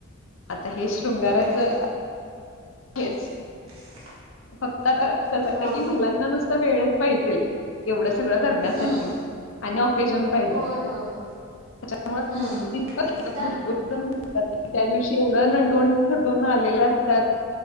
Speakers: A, on the left (about 60°); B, on the right (about 70°).
A: आता हे शृंगाराचं
B: हो
A: हेच
B: <inaudible>
A: फक्त आता कसं
B: हा
A: आहे की महिलांना नुसतं वेळच पाहिजेल. एवढं सगळं धरण्यासाठी
B: हम्म
A: आणि ऑकेजन पाहिजे.
B: होय होय होय
A: त्याच्यामूळं
B: हम्म त्यात
A: <unintelligible> भरपूर <unintelligible> त्या दिवशी एवढं ना नटून थटून आलेल्या असतात